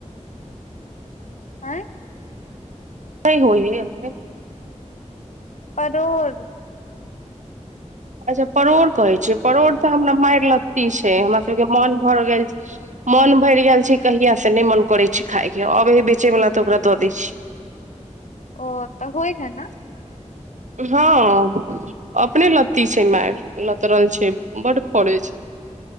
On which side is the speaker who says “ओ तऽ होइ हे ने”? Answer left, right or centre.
Left